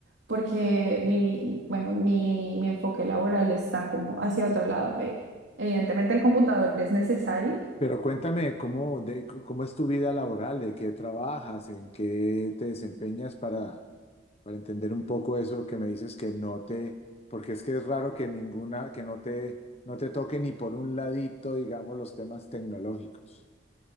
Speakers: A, on the right; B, on the left.
A: porque mi, bueno, mi, mi enfoque laboral está como hacia otro lado. Eh, Evidentemente el computador es necesario
B: Pero cuéntame cómo, de, cómo es tu vida laboral, de qué trabajas, en qué te desempeñas para, para entender un poco eso que me dices que no te, porque es que es raro que ninguna, que no te, no te toque ni por un ladito, digamos, los temas tecnológicos.